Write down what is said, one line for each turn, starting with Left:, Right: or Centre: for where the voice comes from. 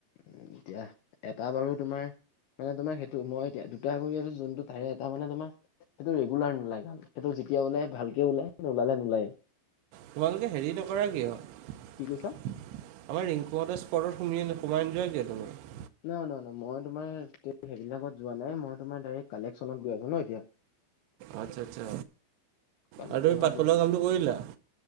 Left: উম, এতিয়া এটা বাৰু তোমাৰ মানে তোমাৰ সেইটো মই এতিয়া ট্ৰাই কৰি আছো যোনটো তাৰে এটা মানে তোমাৰ সেইটো ৰেগুলাৰ নোলাই কাম সেইটো যেতিয়া বোলে ভাল কে ওলাই নোলালে নোলাই।
Right: তোমালোকে হেৰি নকৰা কিয়? আমাৰ
Left: কি কৈছা?
Right: ৰিংকুহতৰ স্পৰ্টত সুমি সোমাই নোযোৱা কিয় <unintelligible>
Left: নহ -ন-ন মই তোমাৰ সেইবিলাকত যোৱা নাই মই তোমাৰ ডাইৰেক্ট কালেকচনত গৈ আছো ন'এতিয়া।
Right: আচ্ছা -আচ্ছা
Left: কালেকচনত
Right: আৰু তুমি পাতপলৰ
Left: গৈ আছ
Right: কামটো কৰিলা